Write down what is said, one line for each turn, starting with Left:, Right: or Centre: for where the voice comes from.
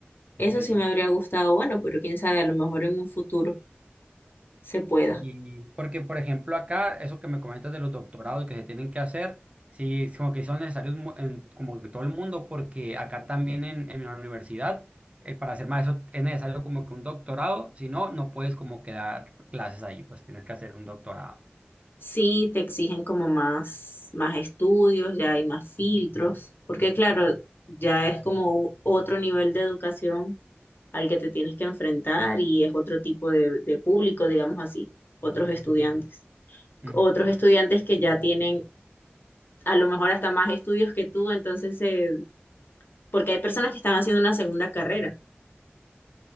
Left: Eso
Right: Sí,
Left: sí me habría gustado, bueno, pero quién sabe, a lo mejor en un futuro se pueda.
Right: y porque por ejemplo acá, eso que me comentas de los doctorados que se tienen que hacer, sí, es como que son necesarios mu- en, como en todo el mundo, porque acá también en, en la universidad, eh, para hacer maestro es necesario como que un doctorado, si no, no puedes como que dar clases ahí, pues tienes que hacer un doctorado.
Left: Sí, te exigen como más, más estudios, ya hay más filtros, porque claro, ya es como u- otro nivel de educación al que te tienes que enfrentar y es otro tipo de, de público, digamos así, otros estudiantes.
Right: Ujú.
Left: Otros estudiantes que ya tienen a lo mejor hasta más estudios que tú, entonces, eh, porque hay personas que están haciendo una segunda carrera.